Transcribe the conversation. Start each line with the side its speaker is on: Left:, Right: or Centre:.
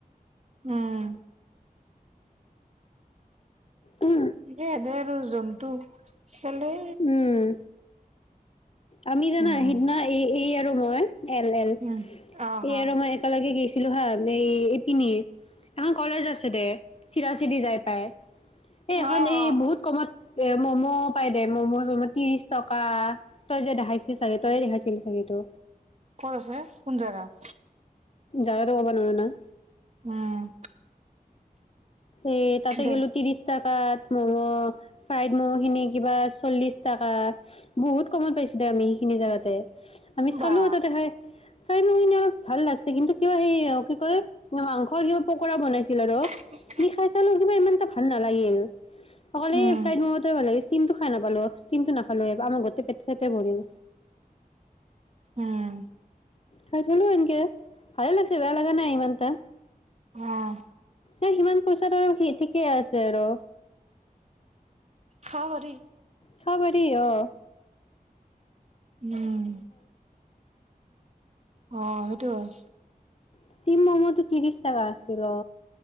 Right: উম
Left: উশূ।
Right: নে এ দে আৰু জন্তু। খেলে
Left: উম আমি জানা
Right: উম
Left: আহিদিনা এই এইয়। এইটো হয়! এল এল
Right: উম অ
Left: ই
Right: হ
Left: আৰু মই একেলগে গৈছি। ছিলো হা হে ইপিনি? হা কলেজ আছিলে চিধা চিধি যাই পাই। এ এখন
Right: অ
Left: এই
Right: অ
Left: বহুত কমত এ ম'ম' পাই দে ম'ম' হব ত্ৰিশ টকা। তই যে দেখাইছিলি চাগে তইয়ে দেখাইছিলি চাগেটো?
Right: ক'ত আছে, কোন জেগাত?
Left: জাগাটো ক'ব নোৱাৰি ন।
Right: উম!
Left: এ তাতে
Right: দে
Left: গলো ত্ৰিশ তাত। তাত ম'ম' ফ্ৰাইড ম'ম' খিনি কিবা চল্লিশ টকা। বহুত কমত পাইছো দে, আমি সেইখিনি জোগাতে। আমি চালো
Right: বা
Left: তাতে হৈ, ফ্ৰাইড ম'ম' খিনি অলপ ভাল লাগিছে, কিন্তু কিয় হে কি কয় মাংস দিও পকোৰা বনাইছিল আৰু
Right: <unintelligible> <unintelligible>
Left: নি খাইছালো কিবা ইমানটা ভাল নালাগিল। অকলে
Right: উম
Left: এ ফ্ৰাইড ম'ম'টোৱে ভাল লাগিছিল। ষ্টিমটো খাই নাপালো ষ্টিমটো নাখালো আমাৰ গোতে পেট চতে ভৰিল।
Right: উম
Left: হয়। চলো এনকে ভালে লাগছে, বেয়া লগা নাই ইমানতা।
Right: উম!
Left: এই সিমান! পইচা আৰু ঠিকে আছে আৰু
Right: খাওঁ বাৰু।
Left: খাবা দেই অ!
Right: উম! অ সেইটো হয়!
Left: ষ্টিম ম'ম' টো ত্ৰিশ টকা আছিল অ!